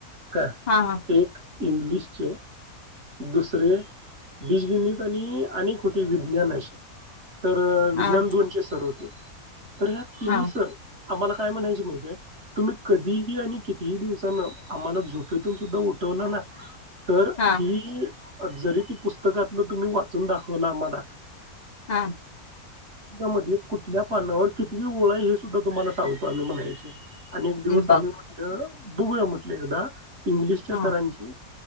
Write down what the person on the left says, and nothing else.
हा हा
हा
हा
हा
हा
बघ
हा